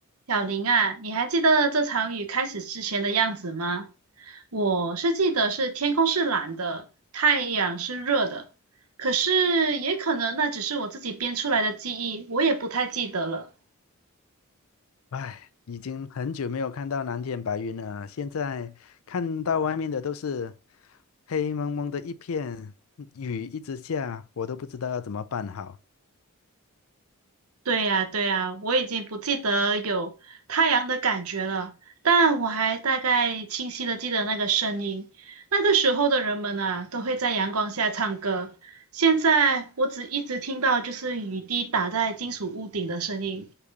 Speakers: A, on the right; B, on the left.
A: 小林啊，你还记得这场雨开始之前的样子吗？我是记得是天空是蓝的，太阳是热的，可是也可能那只是我自己编出来的记忆，我也不太记得了。
B: 唉，已经很久没有看到蓝天白云了，现在看到外面的都是黑蒙蒙的一片，雨一直下，我都不知道要怎么办好。
A: 对呀，对呀，我已经不记得有太阳的感觉了，但我还大概清晰的记得那个声音。那个时候的人们啊，都会在阳光下唱歌。现在我只一直听到就是雨滴打在金属屋顶的声音，